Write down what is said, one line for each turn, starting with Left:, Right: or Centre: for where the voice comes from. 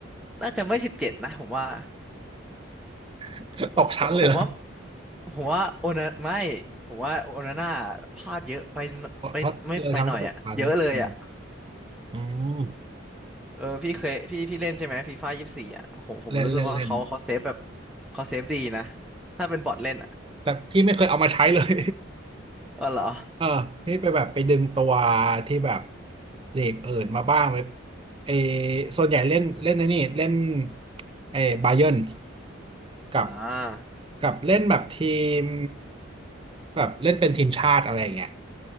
Centre: น่าจะไม่สิบเจ็ดนะผมว่า
Right: <laughs> ตกชั้นเลยเหรอ
Centre: <laughs> ผมว่า ผมว่าโอนาไม่ผมว่าโอนาน่าพลาดเยอะไปหนไปไม่ไปหน่อยอะเยอะเลยอะ
Right: เพราะเพราะเลยทำให้ตกชั้นอืมอืม
Centre: เออพี่เคยพี่พี่เล่นใช่ไหมฟีฟ่ายี่สิบสี่อ่ะโอ้โหผมรู้สึกว่าเขาเขาเซฟแบบ
Right: เล่นเล่นเล่น
Centre: เขาเซฟดีนะถ้าเป็นบอทเล่นอ่ะ
Right: แต่พี่ไม่เคยเอามาใช้เลย
Centre: <laughs> เออเหรอ
Right: <laughs> เออพี่ไปแบบไปดึงตัวที่แบบเลกเอิดมาบ้างไลเออส่วนใหญ่เล่นเล่นไอ้นี่เล่นเออบาเยิร์นกับ
Centre: อ่า
Right: กับเล่นแบบทีมแบบเล่นเป็นทีมชาติอะไรอย่างเงี้ย